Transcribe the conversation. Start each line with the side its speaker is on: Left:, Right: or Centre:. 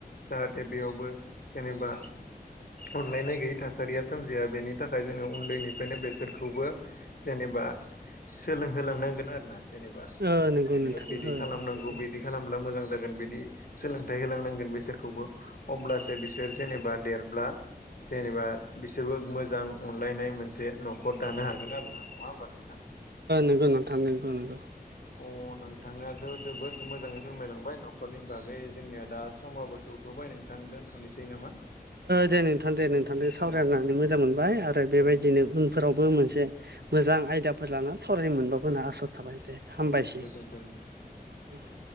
Left: जाहाथे बेयावबो जेनेबा अनलायनाय गैयै थासारिया सोमजिया बेनि थाखाय जोङो उन्दैनिफ्रायनो बेसोरखौबो जेनेबा सोलोंहोलांनांगोन आरो ना जेनेबा
Right: ओ नंगौ
Left: जेनेबा
Right: नोंथां
Left: बिबादि
Right: ओ
Left: खालामनांगोन
Right: ओ
Left: बिदि खालामब्ला मोजां जागोन बिदि सोलोंथाइ होलांनांगोन बिसोरखौबो अब्लासो बिसोर जेनेबा देरब्ला जेनेबा बिसोरबो मोजां अनलायनाय मोनसे न'खर दानो हागोन आरो ना नङा होमबा नोंथां
Right: नंगौ नोंथां नंगौ नंगौ
Left: अ नोंथाङा ज' जोबोद मोजाङै फोरमायलांबाय न'खरनि बागै जोंनिया दा समबाबो थौथ'बाय नोंथां दोनथ'नोसै नामा
Right: दे नोंथां दे नोंथांजों सावरायनानै
Left: औ दे
Right: मोजां मोनबाय आरो बेबायदिनो
Left: औ
Right: उनफोरावबो मोनसे मोजां आयदाफोर लाना सावराय मोनबावगोनना आसा थाबाय दे हामबायसै।
Left: औ गोजोन्थों नोंथां
Right: <inaudible>